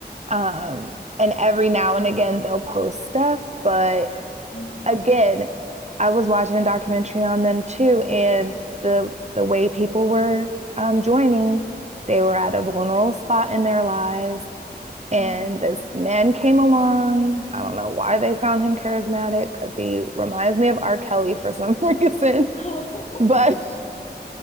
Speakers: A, on the right; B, on the left.
A: Um,
B: Girl.
A: and every now and again they'll post stuff. But
B: hmm
A: again, I was watching a documentary on them too, and the the way people were um, joining, they were at a vulnerable spot in their lives and
B: hmm
A: this man came along. I don't know why they found him charismatic because he reminds me of R. Kelly for some reason.
B: Oh, <laughs>
A: But